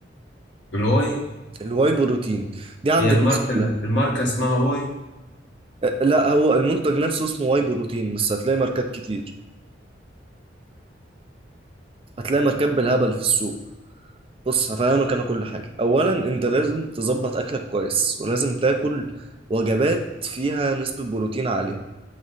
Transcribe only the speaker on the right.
الواي بروتين دي عند
الناس كلها
أه، لا هو المنتج نفسه اسمه واي بروتين بس هتلاقي ماركات كتير هتلاقي ماركات بالهبل في السوق بص هفهمك انا كل حاجه اولا انت لازم تظبط اكلك كويس ولازم تاكل وجبات فيها نسبه بروتين عاليه